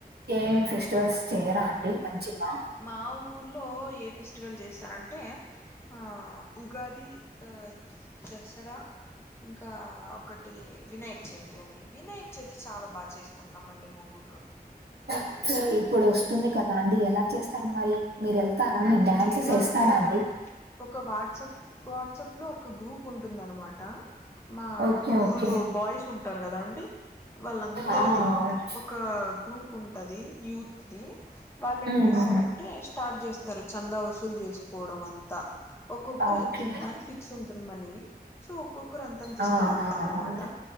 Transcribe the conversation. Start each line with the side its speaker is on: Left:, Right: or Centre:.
Right: ఏ ఫెస్టివల్స్ చేయరా అండి మంచిగా
Left: మా ఊర్లో ఏ ఫెస్టివల్ చేస్తరంటే ఆ ఉగాది ఆ దసరా ఇంకా ఒకట్ టి వినాయక చవితి అండి వినాయక చవితి చాలా బా చేసుకుంటాం అండి మా ఊర్లో
Right: ఓకె ఇప్పుడు వస్తుంది కదా అండి ఎలా చేస్తరు మరి మీరెళ్తారా మీర్ డ్యాన్సస్
Left: ఎలా
Right: ఏస్తారా
Left: అంటే
Right: అండి
Left: ఒక వాట్సప్ వాట్సాప్ లో ఒక గ్రూప్ ఉంటుందనమాట మా
Right: ఓకే
Left: ఊర్లో
Right: ఓకే
Left: బాయ్స్ ఉంటరు గదా అండి వాళ్ళందరిది
Right: ఆ అవునండి
Left: ఒకా గ్రూప్ ఉంటది యూత్ ది వాళ్లెం
Right: ఉమ్
Left: జేస్తరం
Right: ఉమ్
Left: టే స్టార్ట్ జేస్తరు చందా వసూలు చేసుకోవడం అంతా ఒక్కొక్కరు
Right: ఆ, ఓకే
Left: ఇంతింతాని ఫిక్స్ ఉంటుంద్ మనీ, సో ఒక్కొక్కరు అంతంతిస్తా
Right: ఆ ఆ
Left: ఉంటారనమాట
Right: అవునండి